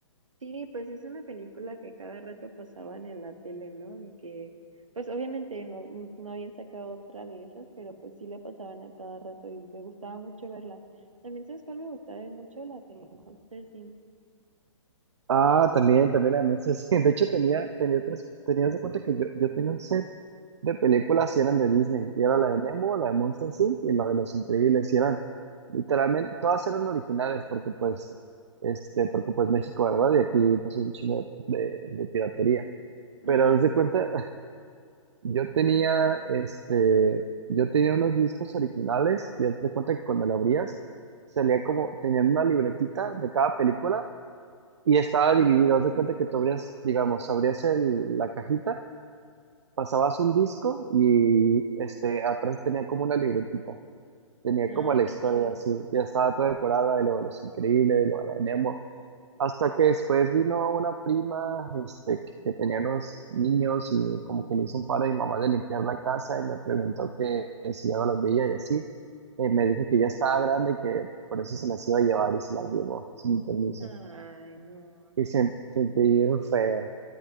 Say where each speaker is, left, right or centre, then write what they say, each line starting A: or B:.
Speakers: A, on the right (about 75°); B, on the right (about 60°).
A: Sí, pues es una película que cada rato pasaban en la tele, ¿no? De que, pues obviamente no, n- no habían sacado otra de esas, pero pues sí la pasaban a cada rato y me gustaba mucho verla. También, ¿sabes cuál me gustaba mucho? La de Monsters Inc.
B: Ah, también, también la de Monsters. <laughs> De hecho, tenía, tenía tres, tenías de cuenta que yo, yo tenía un set de películas y eran de Disney. Y era la de Nemo, la de Monsters Inc. y la de Los Increíbles. Y eran, literalmente, todas eran originales porque, pues, este, porque, pues, México, ¿verdad? Y aquí, pues, hay un chingo de, de piratería.
A: Ajá.
B: Pero haz de cuenta, Yo tenía, este, yo tenía unos discos originales y haz de cuenta que cuando lo abrías, salía como, tenían una libretita de cada película y estaba dividido. Haz de cuenta que tú abrías, digamos, abrías el- la cajita, pasabas un disco y este, atrás tenía como una libretita. Tenía
A: Ay,
B: como la historia
A: qué chido.
B: así, ya estaba toda decorada, de lo de los increíbles, lo de la hasta que después vino una prima, este, que que tenía unos niños y como que le hizo un paro a mi mamá de limpiar la casa y me preguntó que, que si ya no las veía y así. Eh, me dijo que ya estaba grande y que por eso se las iba a llevar y se las llevó sin mi permiso.
A: Ay, no.
B: Y se, sentí bien feo.